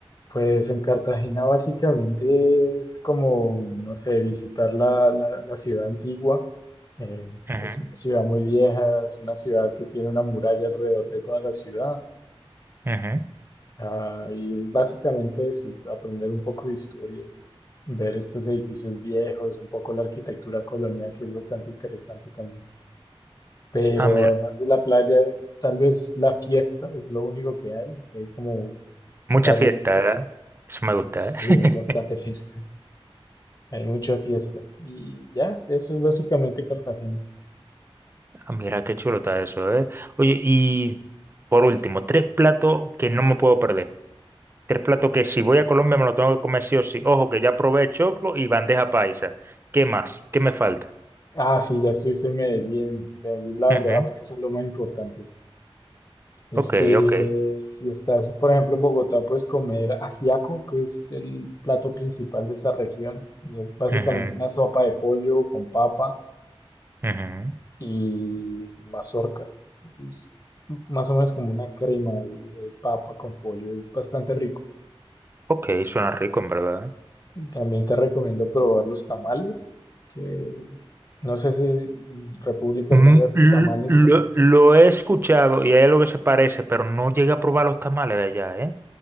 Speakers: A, on the left; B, on the right.
A: Pues en Cartagena básicamente es como, no sé, visitar la, la- la ciudad antigua. Eh,
B: Ujú,
A: es una ciudad muy vieja, es una ciudad que tiene una muralla alrededor de toda la ciudad.
B: ujú.
A: Ah, y es básicamente eso, aprender un poco de historia y ver estos edificios viejos, un poco la arquitectura colonial, que es bastante interesante también. Pero
B: Ah, mira,
A: además de la playa, tal vez la fiesta es lo único que hay. Hay como
B: Mucha
A: varios,
B: fiesta, ¿eh? Eso me gusta,
A: sí,
B: ¿eh? <laughs>
A: hay bastante fiesta. Hay mucha fiesta. Y ya, eso es básicamente Cartagena.
B: Ah, Mira qué chulo está eso, ¿eh? Oye, y por último, tres platos que no me puedo perder. Tres platos que si voy a Colombia me lo tengo que comer sí o sí. Ojo, que ya probé choclo y bandeja paisa. ¿Qué más? ¿Qué me falta?
A: Ah, sí, ya estuviste en Medellín. Medellín, la bandeja
B: Ujú,
A: paisa es lo más importante. Este,
B: Ok, ok.
A: si estás, por ejemplo, en Bogotá, puedes comer ajiaco, que es el plato principal de esta región. Y es básicamente
B: ujú,
A: una sopa de pollo con papa
B: ujú.
A: y mazorca. Es más o menos como una crema ahí de papa con pollo, es bastante rico.
B: Ok, suena rico, en verdad. ¿eh?
A: También te recomiendo probar los tamales, que no sé si en República
B: Mm,
A: tengas
B: l-
A: tamales.
B: Lo, lo he escuchado y hay algo que se parece, pero no llegué a probar los tamales de allá, ¿eh?